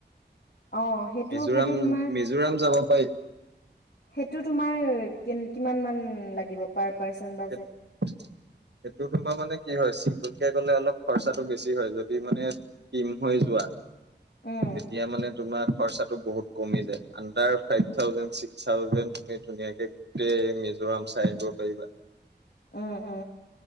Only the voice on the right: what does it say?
মিজোৰাম
মিজোৰাম যাব পাৰি।
সেইটো তোমাৰ মানে কি হয় চিংগল লে অলপ খৰচাটো বেছি হয় যদি মানে কিম হৈ যোৱা
তেতিয়া মানে তোমাৰ খৰচাটো বহুত কমি যায় under five thousand six thousand তুমি ধুনীয়াকে গোটেই মিজোৰাম চাই আহিব পাৰিবা।